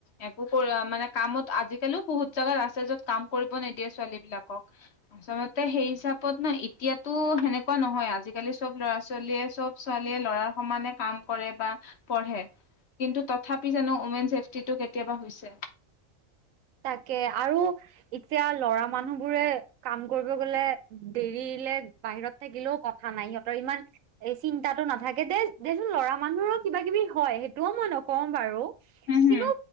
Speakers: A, on the left; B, on the right.
A: একো মানে কামত আজি কেলো বহুত জাগাত আছে য'ত কাম কৰিব নিদিয়ে ছোৱালী বিলাকক আচলতে সেই হিচাপত ন এতিয়াতো সেনেকুৱা নহয় আজিকালি চব ল'ৰা ছোৱালীয়ে চব ছোৱালীয়ে ল'ৰাৰ সমানে কাম কৰে বা পঢ়ে কিন্তু তথাপি জানো ওমেন ছেফটিটো কেতিয়াবা হৈছে
B: তাকে আৰু এতিয়া ল'ৰা মানুহ বোৰে কাম কৰিব গ'লে দেৰিলে বাহিৰত থাকিলেও কথা নাই সিহঁতৰ ইমান এই চিন্তাটো নাথাকে দেই দেচোন ল'ৰা মানুহৰো কিবা কিবি হয় সেইটোও মই নকওঁ বাৰু।
A: উম,
B: কিন্তু
A: হম,